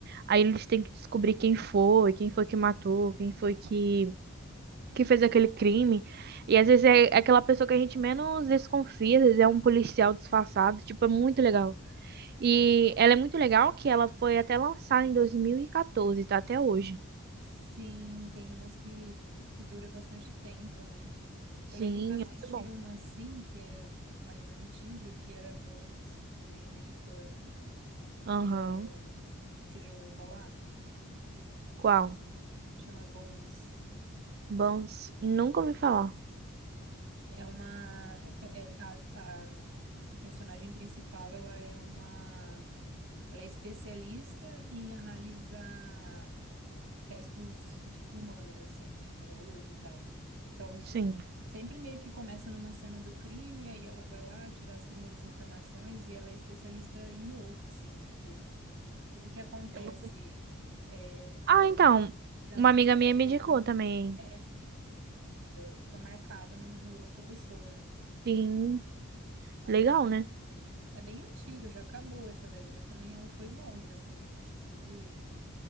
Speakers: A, on the right; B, on the right.
A: Aí eles têm que descobrir quem foi, quem foi que matou, quem foi que, que fez aquele crime. E às vezes é aquela pessoa que a gente menos desconfia, às vezes é um policial disfarçado. Tipo, é muito legal. E ela é muito legal que ela foi até lançada em 2014, tá até hoje.
B: Sim, tem umas que, que dura bastante tempo, né? Eu
A: Sim,
B: lembro que eu assisti
A: é muito bom.
B: uma assim, que é mais antiga, que era Bones, também americana,
A: Aham.
B: que é... Você já ouviu falar?
A: Qual?
B: Chama Bones.
A: Bons. Nunca ouvi falar.
B: É uma é- é- é, a, a personagem principal, ela é uma ela é especialista em analisar restos de- humanos assim, de corpo e tal. Então,
A: Sim.
B: sempre meio que começa numa cena do crime, aí ela vai lá tirar as primeiras informações e ela é especialista em osso assim, porque tudo que acontece
A: É bom.
B: é, ao
A: Ah,
B: longo
A: então.
B: da
A: Uma
B: nossa
A: amiga minha
B: vida
A: me indicou
B: fica
A: também.
B: é, é, fica marcado no, no osso da pessoa, né?
A: Sim.
B: Ai,
A: Legal,
B: é bem antiga
A: né?
B: também. É bem antiga, já acabou essa daí, mas também ela foi longa, assim. Eu acho que teve